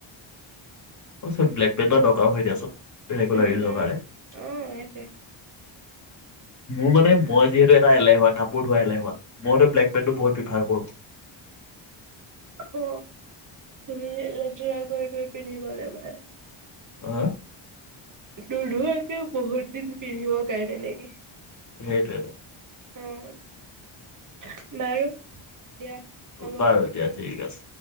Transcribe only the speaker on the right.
উম
-উম
অ ' সেইটোৱে।
অ' তুমি জোৰা কৰি কৰি পিন্ধিবা এবাৰ। এ
নোধোৱাকৈ বহুত দিন পিন্ধিবৰ কাৰণে নেকি
উম' বাৰু। দিয়া হ'ব।